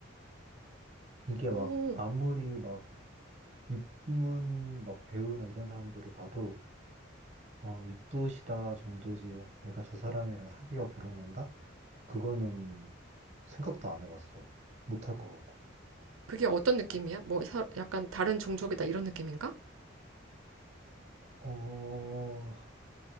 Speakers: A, on the right; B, on the right.
A: 이게
B: 어,
A: 막 아무리 막 입문 막 배우나 이런 사람들을 봐도 어, 이쁘시다 정도지. 내가 저 사람이랑 사귀어 결혼한다? 그거는 생각도 안 해봤어. 못할 것 같고.
B: 그게 어떤 느낌이야? 뭐, 사- 약간 다른 종족이다 이런 느낌인가?
A: 어,